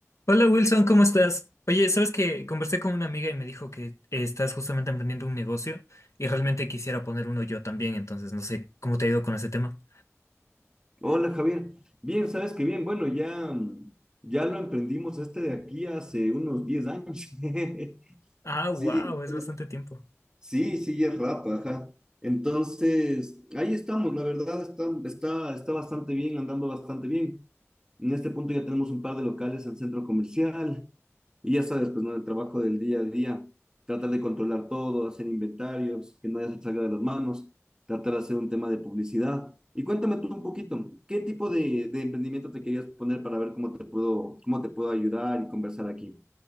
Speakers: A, on the left; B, on the right.
A: Hola Wilson, ¿cómo estás? Oye, sabes que conversé con una amiga y me dijo que eh, estás justamente emprendiendo un negocio y realmente quisiera poner uno yo también, entonces no sé cómo te ha ido con ese tema.
B: Hola Javier, bien, sabes que bien, bueno, ya, mm, ya lo emprendimos este de aquí hace unos 10 años. <laughs>
A: Ah, wow,
B: Sí,
A: es
B: entonces-
A: bastante tiempo.
B: sí, sí, ya es rato, ajá. Entonces, ahí estamos, la verdad está, está, está bastante bien, andando bastante bien. En este punto ya tenemos un par de locales en centro comercial, y ya sabes, pues, ¿no? El trabajo del día a día, tratar de controlar todo, hacer inventarios, que no ya se salga de las manos, tratar de hacer un tema de publicidad. Y cuéntame tú un poquito, ¿qué tipo de, de emprendimiento te querías poner para ver cómo te puedo, cómo te puedo ayudar y conversar aquí?